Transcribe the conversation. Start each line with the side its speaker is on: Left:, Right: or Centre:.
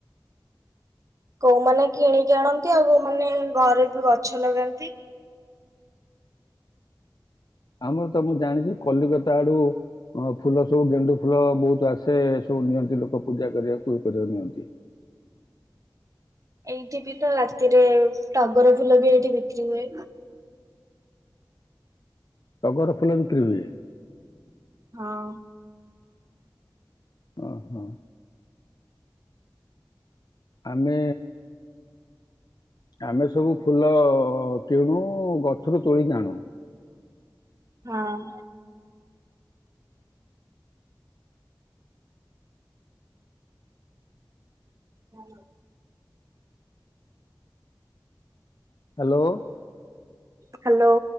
Right: କୋଉମାନେ କିଣିକି ଆଣନ୍ତି ଆଉ କୋଉମାନେ ଘରେ ବି ଗଛ ଲଗାନ୍ତି।
Left: ଆମର ତ ମୁଁ ଜାଣିଛି କଲିକତା ଆଡୁ ଫୁଲ ସବୁ ଗେଣ୍ଡୁ ଫୁଲ ବହୁତ ଆସେ ସବୁ ନିଅନ୍ତି ଲୋକ ପୂଜା କରିବାକୁ ଇଏ କରିବାକୁ ନିଅନ୍ତି।
Right: ଏଇଠି ବି ତ ରାତିରେ ଟଗର ଫୁଲ ବି ଏଇଠି ବିକ୍ରି ହୁଏ।
Left: ଚଗର ଫୁଲ ବିକ୍ରି ହୁଏ।
Right: ହଁ
Left: ଓ ହୋ ଆମେ ଆମେ ସବୁ ଫୁଲ କିଣୁ ଓ ଗଛରୁ ତୋଳିକି ଆଣୁ।
Right: ହଁ ହଁ
Left: ହ୍ୟାଲୋ
Right: ହ୍ୟାଲୋ